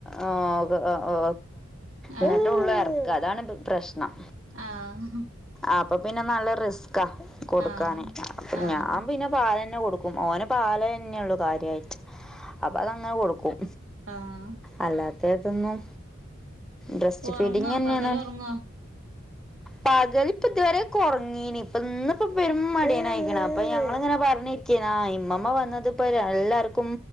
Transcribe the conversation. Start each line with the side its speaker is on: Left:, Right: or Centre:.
Centre: ആ ഒക്കെ ആ എന്നിട്ടൊളളു
Right: ആഹ്
Centre: എർക്ക. അതാണ് പ്രശ്നം
Right: ആഹ്
Centre: അപ്പെ പിന്നെ നല്ല റിസ്കാ കൊടുക്കാന്.
Right: ആഹ് ആഹ്
Centre: ഞാൻ പിന്നെ പാല ന്നെകൊടുക്കും, ഓന് പാലന്നെയുള്ളൂ കാര്യായിട്ട് അപ്പൊ അതങ്ങനെ കൊടുക്കും.
Right: ആഹ്
Centre: അല്ലാത്തതൊന്നും, ബ്രസ്റ്റ്
Right: ഒറങ്ങോ
Centre: ഫീഡിങ്ങന്നേണ്
Right: പകല് ഒറങ്ങോ
Centre: പകൽ ഇപ്പ ഇതുവരെ കൊറങ്ങീനി. ഇപ്പ ഇന്ന്‌പ്പ പെരും മടിയനായിക്ക്ണ്. അപ്പൊ ഞങ്ങള്ങ്ങനെ പർഞ്ഞിരികേ നി- ആ ഇമ്മമ്മ വന്നത്പ്പോ എല്ലാർക്കും